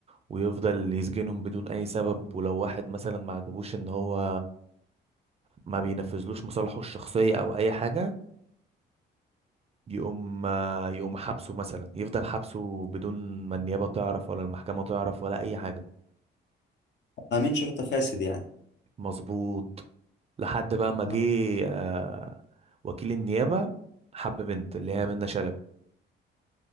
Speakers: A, on the right; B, on the left.
A: ويفضل يسجنهم بدون اي سبب ولو واحد مثلا ما عجبوش ان هو ما بينفذلوش مصالحه الشخصية او اي حاجة يقوم يقوم حبسه مثلا يفضل حبسه بدون ما النيابة تعرف ولا المحكمة تعرف ولا اي حاجة
B: امين شرطه فاسد يعني
A: مظبوط لحد بقى ما
B: اه
A: جه آه، وكيل النيابة حب بنت اللي هي منة شلبي